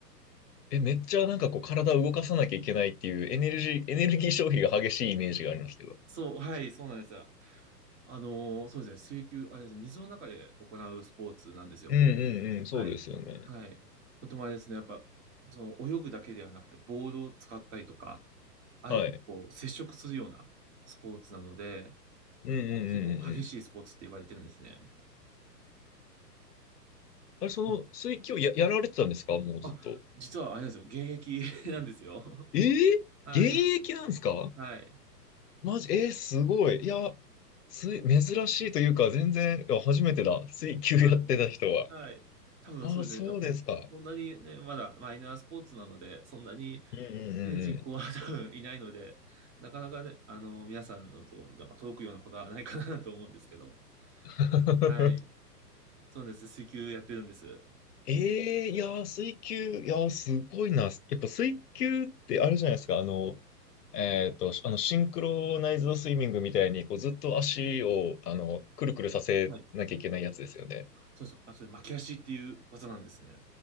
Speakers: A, on the left; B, on the right.
A: え、めっちゃなんかこう体を動かさなきゃいけないっていうエネルギー、エネルギー消費が激しいイメージがありますけど。
B: そう、はい、そうなんですよ。あのーそうですね、水球、あれですね、水の中で行うスポーツなんですよ。
A: うんうんうん、そうですよね。
B: はい。はい。とてもあれですね、やっぱ、その泳ぐだけではなくて、ボールを使ったりとか、相手とこう接触するようなスポーツなので、
A: はい。うんうんうんうんうん。
B: 結構激しいスポーツって言われてるんですね。
A: あれ、その水球や、
B: はい
A: やられてたんですかもうずっと。
B: あ、実はあれなんですよ、現役 <laughs> なんですよ。
A: えー、
B: <laughs> はい。
A: 現役なんですか
B: はい。
A: マジ、えー、すごい。いや、す、珍しいというか、全然、いや初めてだ。水球やってた人は。
B: はい。はい。多分そうですね。
A: ああ、そうですか。
B: やっぱそんなにね、まだマイナースポーツなので、そんなに、
A: うんうんう
B: ね、人口は多分いないので、なかなかね、あの、皆さんのところになんか届くようなことはないかなと思うんですけど。
A: んうん。
B: はい。
A: <laughs>
B: そうなんです。水球やってるんです。
A: ええいやー、水球、いやー、すごいな。やっぱ水球ってあれじゃないですか。あの、えっと、あの、シンクロナイズドスイミングみたいに、こう、ずっと足を、あの、くるくるさせなきゃいけないやつですよね。
B: はい。そうです。あ、それ巻き足っていう技なんですね。